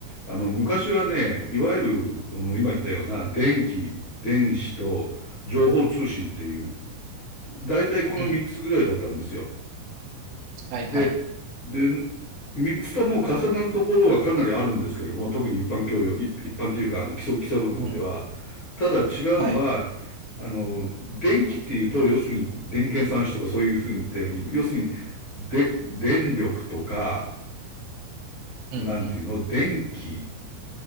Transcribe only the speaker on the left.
あの、昔はね、いわゆる、あの今言ったような電気、電子と情報通信っていう、大体この3つぐらいだったんですよ。
で、で、三つとも重なるところはかなりあるんですけども、特に一般教養、い一般というか、あの、基礎、基礎部分では。
ただ違うのは、
あの、電気っていうと、要するに電検算子とかそういうふうに言ったように、要するに、で、電力とか、
なんていうの、電気、